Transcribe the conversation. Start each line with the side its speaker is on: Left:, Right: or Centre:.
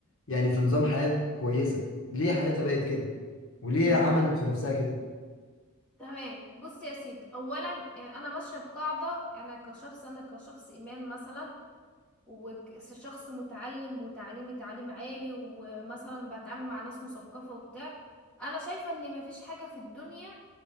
Left: يعني في نظام حياه كويسه ليه حياتها بقت كده وليه
Centre: م-
Left: عملت في نفسها كده
Centre: تمام بص يا سيدي اولا آه، انا ماشيه بقاعده انا كشخص انا كشخص ايمان مثلا وشخص متعلم وتعليمي تعليم عالي ومثلا بتعامل مع ناس مثقفه وبتاع انا شايفه ان مفيش حاجه في الدنيا